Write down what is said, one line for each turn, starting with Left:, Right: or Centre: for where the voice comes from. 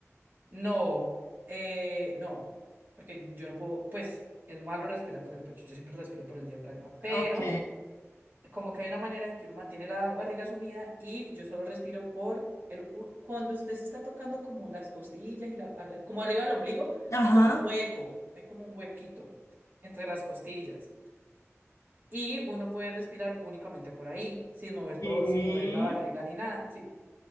Right: no, eh, no, porque yo no puedo, pues, es malo respirar por el pecho, yo siempre respiro por el diafragma, pero
Left: Ok.
Right: como que hay una manera en que uno mantiene la barriga sumida y yo solo respiro por el, u- cuando usted se está tocando como las costillas y la, barri- como arriba del ombligo,
Left: Ajá.
Right: hay como un hueco, hay como un huequito entre las costillas y uno puede respirar únicamente por ahí, sin mover
Left: sí,
Right: todo, sin mover la barriga ni nada. Sí.